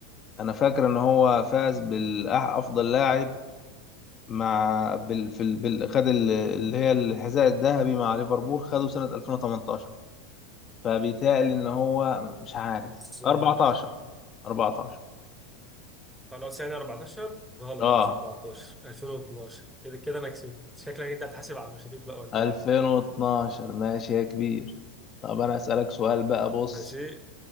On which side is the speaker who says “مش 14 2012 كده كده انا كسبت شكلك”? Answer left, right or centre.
Centre